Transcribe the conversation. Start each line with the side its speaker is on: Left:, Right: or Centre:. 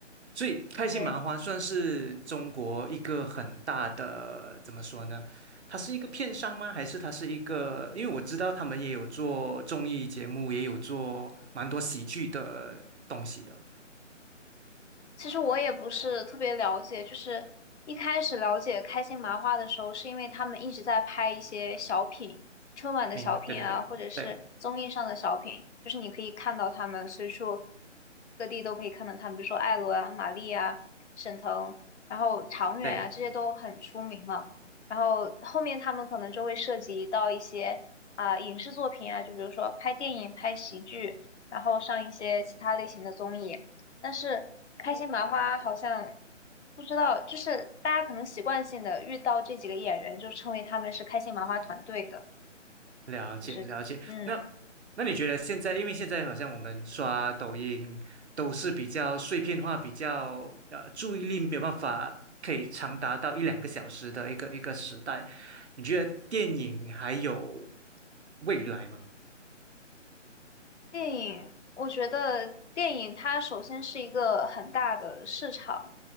Right: 所以开心麻花算是中国一个很大的，
Left: 对。
Right: 怎么说呢？它是一个片商吗？还是它是一个？因为我知道他们也有做综艺节目，也有做蛮多喜剧的东西的。
Left: 其实我也不是特别了解，就是一开始了解开心麻花的时候，是因为他们一直在拍一些小品，春晚的小品啊，
Right: 明白，对对对对
Left: 或者是综艺上的小品，就是你可以看到他们随处各地都可以看到他们，比如说艾伦啊、马丽啊、沈腾，然后常远啊，
Right: 对。
Left: 这些都很出名嘛。然后后面他们可能就会涉及到一些啊、影视作品啊，就比如说拍电影、拍喜剧，然后上一些其他类型的综艺。但是开心麻花好像不知道，就是大家可能习惯性的遇到这几个演员，就称为他们是开心麻花团队的，
Right: 了解了解，
Left: 就是嗯。
Right: 那那你觉得现在，因为现在好像我们刷抖音都是比较碎片化，比较呃注意力没有办法可以长达到一两个小时的一个一个时代，你觉得电影还有未来吗？
Left: 电影，我觉得电影它首先是一个很大的市场，